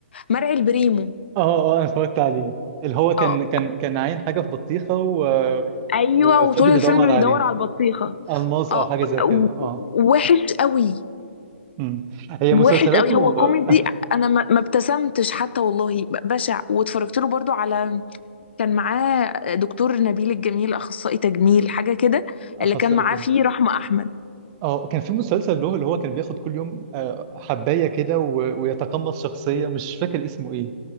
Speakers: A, on the left; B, on the right.
A: مرعي البريمو
B: اه اه أنا اتفرجت عليه اللي هو كان
A: اه
B: كان كان عاين حاجة في بطيخة و-
A: ايوه
B: وفضل
A: وطول الفيلم
B: يدور
A: بيدور
B: عليها
A: على البطيخه
B: ألماظ
A: اه
B: أو حاجة زي كده
A: و- و-
B: اه
A: وحش قوي
B: أمم. هي
A: وحش
B: مسلسلاته
A: قوي هو كوميدي
B: آه،
A: انا ما ما ابتسمتش حتى والله ب- بشع واتفرجت له برضو على كان معاه دكتور نبيل الجميل اخصائي تجميل حاجه كده
B: أخصائية
A: اللي كان معاه فيه رحمه احمد
B: اه كان في مسلسل له اللي هو كان بياخد كل يوم آه، حباية كده و- ويتقمص شخصية مش فاكر اسمه ايه